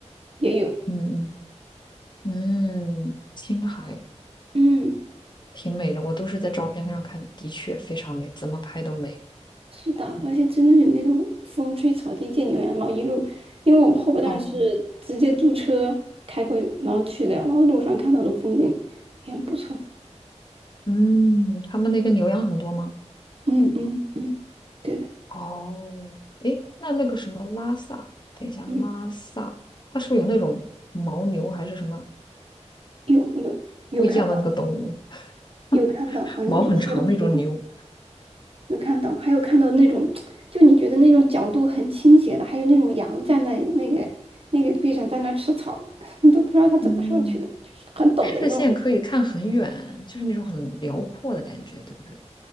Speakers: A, on the right; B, on the left.
A: 也有。
B: 嗯嗯嗯，青海。
A: 嗯，
B: 挺美的，我都是在照片上看，的确非常美，怎么拍都美。
A: 是的，
B: 嗯
A: 而且真的是那种风吹草低见牛羊毛，一路，因为我们后半段是直接租车开过去然后去的，
B: 哦，
A: 然后路上看到的风景也很不错。
B: 嗯，他们那个牛羊很多吗？
A: 嗯嗯嗯，对的，
B: 哦，诶，那那个什么拉萨，等一下，
A: 嗯，
B: 拉萨，它是不是有那种牦牛还是什么
A: 有有有看到
B: 不一样的那个动物？
A: 有看到，
B: <laughs>
A: 反正坐车的时候。
B: 毛很长那种牛，
A: 有看到，还有看到那种，就你觉得那种角度很倾斜的，还有那种羊站在那个那个地上在那吃草，<laughs> 你都不知道它怎么上去的，
B: 嗯，
A: 就是很陡的那种。
B: 视线可以看很远，就是那种很辽阔的感觉，对不对？